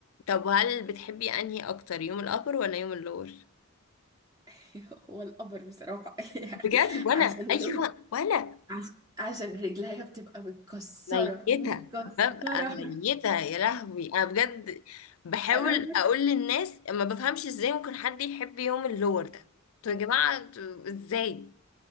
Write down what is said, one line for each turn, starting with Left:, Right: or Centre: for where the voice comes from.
Left: طب هل بتحبي انهي اكتر يوم الابر ولا يوم اللور
Right: <laughs> هو الابر بصراحة <laughs> يعني
Left: بجد وانا
Right: عشان اللور
Left: ايوه وانا
Right: عش- عشان رجليها بتبقى متكسرة
Left: ميتة
Right: متكسرة
Left: ببقى ميتة يا لهوي أنا بجد
Right: <laughs>
Left: بحاول
Right: انا
Left: أقول للناس ما بفهمش إزاي ممكن حد يحب يوم اللور ده انتوا يا جماعة انتوا إزاي